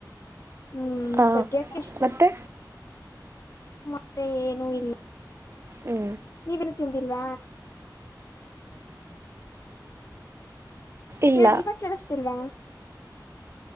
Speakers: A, on the left; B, on the right.
A: ಹ್ಮ್
B: ಹಾಂ
A: ಸದ್ಯಕ್ಕೆ ಇಷ್ಟೇ
B: ಮತ್ತೆ
A: ಮತ್ತೆ ಏನು ಇಲ್ಲ
B: ಹ್ಞೂ
A: ನೀವೇನು ತಿಂದಿಲ್ವಾ
B: ಇಲ್ಲ
A: ಕ ಇವಾಗ ಕೇಳಿಸತಿಲ್ವಾ